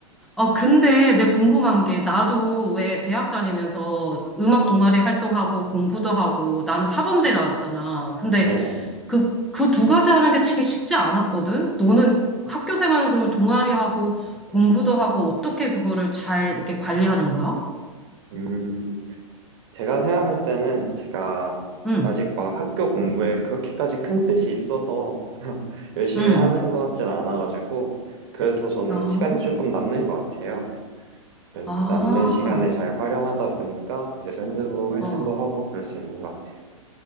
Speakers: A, in the centre; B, on the right (about 50°).
A: 아, 근데 내 궁금한 게, 나도 왜 대학 다니면서 음악 동아리 활동하고 공부도 하고, 나는 사범대 나왔잖아. 근데
B: 네.
A: 그, 그 두 가지 하는 게 되게 쉽지 않았거든? 너는 학교 생활을 그러면 동아리하고 공부도 하고, 어떻게 그거를 잘 이렇게 관리하는 거야?
B: 음, 제가 생각할 때는 제가
A: 응,
B: 아직 막 학교 공부에 그렇게까지 큰 뜻이 있어서 <laughs> 열심히
A: 응.
B: 하는 것 같진 않아가지고 그래서 저는
A: 아.
B: 시간이 조금 남는 것 같아요. 그래서
A: 아,
B: 그 남는 시간을 잘 활용하다 보니까 이제 밴드부 활동도
A: 어,
B: 하고 그럴 수 있는 것 같아요.